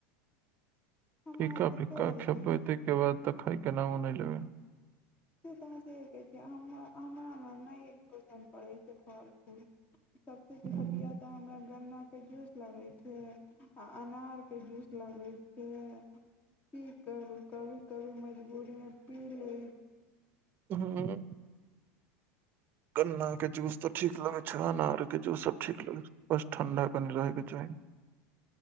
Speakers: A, on the left (about 25°); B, on the right (about 30°).
A: हम
B: फिका
A: अहाँसँ
B: फिका
A: कहली
B: खयबै तै के बाद तऽ खाय के नामो नहि लेबै
A: से तऽ अहाँ सहिये कहै छी हमरा हमरा ने नहि पसन्द पड़ै छै फल फूल सभसे घटिया
B: उम्म,
A: तऽ हमरा गन्ना के जूस लगे छै आ अनार के जूस लगे छै, की करू कभी-कभी मज बूरी मे पी लै
B: ह्म्म गन्ना के जूस तऽ ठीक लगे छै, अनार के जूस सब ठीक लगे छै <unintelligible> ठंढ़ा तनी रहे के चाही।